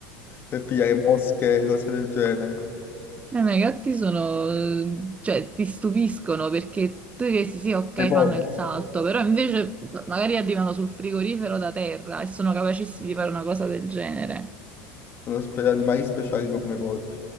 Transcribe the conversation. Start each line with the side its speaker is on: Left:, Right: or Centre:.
Left: per pigliare mosche, cose del genere.
Right: eh, ma i gatti sono, eh, cioè, ti stupiscono perché tu dici sì, ok,
Left: E poi
Right: fanno il salto, però invece magari arrivano sul frigorifero da terra e sono capacissimi di fare una cosa del genere.
Left: sono spe- animali speciali come i porpi.